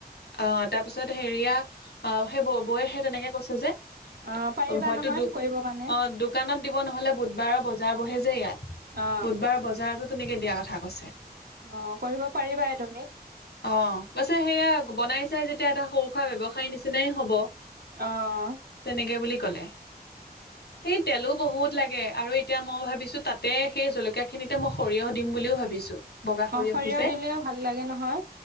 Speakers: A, on the left; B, on the right.
A: অ তাৰ পিছত হেৰিয়া অ সেই ব বৌয়ে সেই তেনেকে কৈছে যে
B: অ পাৰিবা
A: হয়তো
B: নহয়
A: দু
B: কৰিবৰ কাৰণে
A: অ দোকানত দিব নহলে বুধবাৰে বজাৰ বহে যে ইয়াত
B: অ
A: বুধবাৰৰ বজাৰতো তুনেকে দিয়া কথা কৈছে
B: অ কৰিব পাৰিবাই তুমি
A: অহ কছে সেইয়া বনাই চাই যেতিয়া এটা সৰু সুৰা ব্যৱসায় নিচিনাই হব
B: আহ
A: তেনেকে বুলি কলে সেই তেলো বহুত লাগে আৰু এতিয়া মই ভাবিছো তাতে সেই জলকীয়া খিনিতে মই সৰিয়হ দিম বুলিও ভাবিছো বগা সৰিয়হতো
B: অ সৰিয়হ
A: যে
B: দিলেও ভাল লাগে নহয়